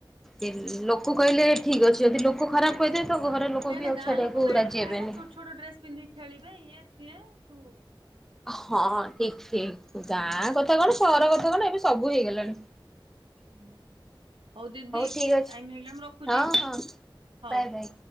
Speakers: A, in the centre; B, on the right.
A: ଲ ଲୋକ କହିଲେ ଠିକ ଅଛି ଯଦି ଲୋକ ଖରାପ କହିଦେବେ ତ ଘରଲୋକ
B: କାହିଁକି
A: ବି
B: ନା
A: ଆଉ
B: ଗାଁ
A: ଛାଡ଼ିବାକୁ
B: ଲୋକଙ୍କ ମାଇଣ୍ଡ
A: ରାଜି
B: ରେ ଥାଏ
A: ହେବେନି।
B: ନା ଛୋଟ ଛୋଟ ଡ୍ରେସ ପିନ୍ଧିକି ଖେଳିବେ ଇଏ ସିଏ ତୁ
A: ହଁ ଠିକ ଠିକ
B: ହୁଁ
A: ଗାଁ କଥା କଣ ସହର କଥା କଣ ଏବେ ସବୁ ହେଇଗଲାଣି।
B: ହୁଁ। ହଉ ଦିଦି
A: ଠିକ ଅଛି
B: ଟାଇମ୍ ହେଇଗଲା ମୁ ରଖୁଛି
A: ହଁ ହଁ
B: ହଉ।
A: ବାଏ ବାଏ।